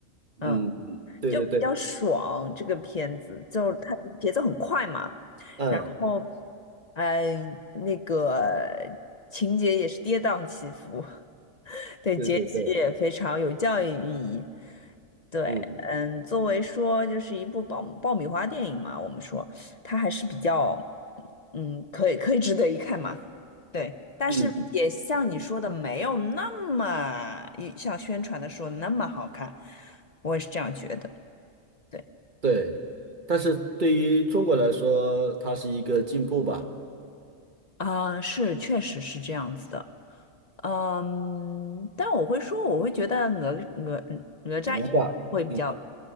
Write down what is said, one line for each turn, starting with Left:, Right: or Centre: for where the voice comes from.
Right: 嗯，
Left: 嗯，
Right: 嗯对对对，
Left: 就比较爽。这个片子就它节奏很快嘛，
Right: 嗯，
Left: 然后，呃，那个情节也是跌宕起伏，<laughs> 对，
Right: 对对对，
Left: 结局也非常有教育意义。对，
Right: 嗯
Left: 嗯，作为说就是一部爆爆米花电影嘛，我们说它还是比较，嗯，可以可以值得一看嘛。对，但是也像你说的，
Right: 嗯，
Left: 没有那么一像宣传的说那么好看，我也是这样觉得。对，
Right: 对。但是对于中国来说，它是一个进步吧，
Left: 啊、是，确实是这样子的。嗯，但我会说，我会觉得哪哪哪吒一会比较
Right: 哪吒嗯